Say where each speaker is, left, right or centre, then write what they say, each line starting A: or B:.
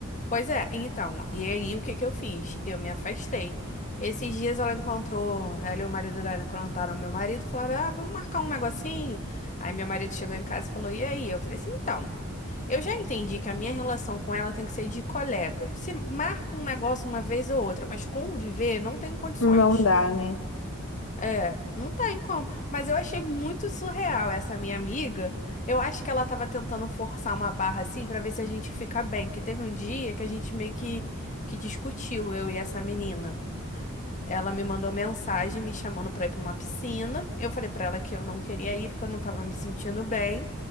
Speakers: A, on the left (about 35°); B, on the left (about 70°).
A: Pois é, então, e aí o que que eu fiz? Eu me afastei. Esses dias ela encontrou, ela e o marido dela encontraram meu marido, e falaram, ah, vamos marcar um negocinho. Aí meu marido chegou em casa e falou, e aí? Eu falei assim, então, eu já entendi que a minha relação com ela tem que ser de colega. Se marca um negócio uma vez ou outra, mas conviver não tem condições.
B: Não dá, né?
A: É, não tem como. Mas eu achei muito surreal essa minha amiga. Eu acho que ela tava tentando forçar uma barra assim pra ver se a gente fica bem. Que teve um dia que a gente meio que, que discutiu, eu e essa menina. Ela me mandou mensagem me chamando pra ir pra uma piscina. Eu falei pra ela que eu não queria ir porque eu não tava me sentindo bem.